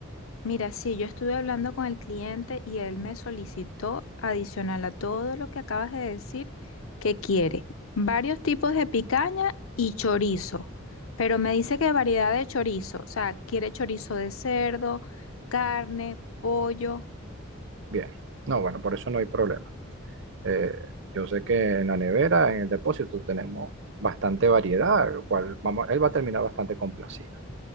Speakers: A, on the left; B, on the right.
A: Mira, sí, yo estuve hablando con el cliente y él me solicitó, adicional a todo lo que acabas de decir, que quiere varios tipos de picaña y chorizo, pero me dice que variedad de chorizo, o sea, quiere chorizo de cerdo, carne, pollo.
B: Bien. No, bueno, por eso no hay problema. Eh, yo sé que en la nevera, en el depósito, tenemos bastante variedad, lo cual vamos, él va a terminar bastante complacido.